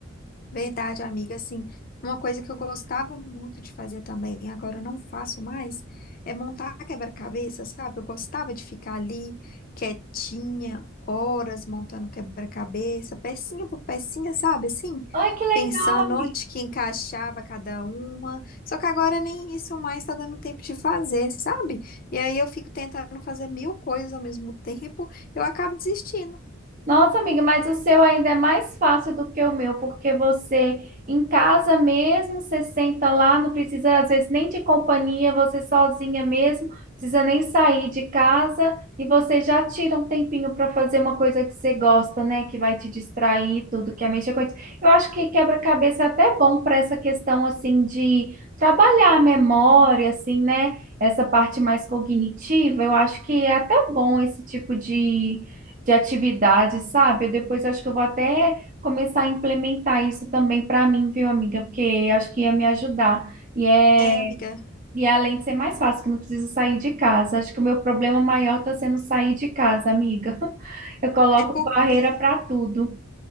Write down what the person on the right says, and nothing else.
Ai, que legal!
Nossa, amiga, mas o seu ainda é mais fácil do que o meu, porque você em casa mesmo, você senta lá, não precisa às vezes nem de companhia, você sozinha mesmo, não precisa nem sair de casa e você já tira um tempinho para fazer uma coisa que você gosta, né? Que vai te distrair, tudo que é mexer com isso. Eu acho que quebra-cabeça é até bom para essa questão assim de trabalhar a memória, assim, né? Essa parte mais cognitiva, eu acho que é até bom esse tipo de de atividade, sabe? Depois eu acho que eu vou até começar a implementar isso também para mim, viu, amiga? Porque acho que ia me ajudar. E é,
e é além de ser mais fácil, que não preciso sair de casa. Acho que o meu problema maior está sendo sair de casa, amiga. <laughs> Eu coloco
barreira para tudo.